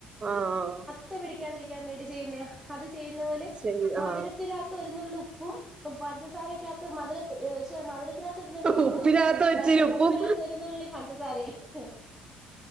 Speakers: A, on the right (about 30°); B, in the centre.
A: ആഹ് ആഹ് ആഹ്
B: പ്പ് പിടിക്കാതിരിക്കാൻ വേണ്ടി ചെയ്യുന്നയാ. അത് ചെയ്യുന്ന പോലെ
A: ശരി
B: മധുരത്തിനാത്ത്
A: ആഹ്
B: ഒരു നുള്ള് ഉ പ്പും പഞ്ചസാരക്കാത്ത് മധുരത്ത് ഏഹ് ശ്ശെ മധുര രത്തിനകത്ത് ഒരു നുള്ള് ഉപ്പും.
A: ഉപ്പിനകത്ത് വെച്ചൊരു
B: മറ്റേ
A: ഉപ്പും
B: ഉപ്പിനകത്ത് ഒരു നുള്ളി പഞ്ചസാരയും.